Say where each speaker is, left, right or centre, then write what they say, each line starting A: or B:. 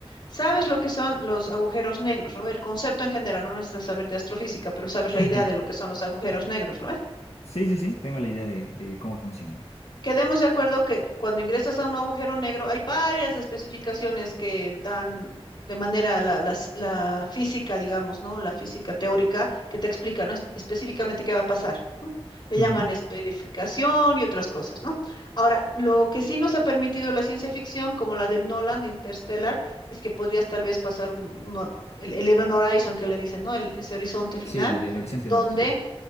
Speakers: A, on the left; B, on the left.
A: Sabes lo que son los agujeros negros, ¿no? ve? El concepto en general, no necesitas saber de astrofísica, pero sabes
B: <laughs>
A: la idea de lo que son los agujeros negros, ¿no? ve?
B: Sí, sí, sí, tengo la idea de, de cómo funciona.
A: Quedemos de acuerdo que cuando ingresas a un agujero negro hay varias especificaciones que dan de manera la, la ci- la física, digamos, ¿no? La física teórica que te explica, ¿no? es- Específicamente qué va a pasar, ¿no? Le
B: Ujú.
A: llaman especificación y otras cosas, ¿no? Ahora, lo que sí nos ha permitido la ciencia ficción, como la del Nolan, Interstellar, es que podrías tal vez pasar un, un hor- el, el Event Horizon que le dicen, ¿no? El- ese horizonte final,
B: Sí, el, el horizonte de
A: donde
B: eventos, sí.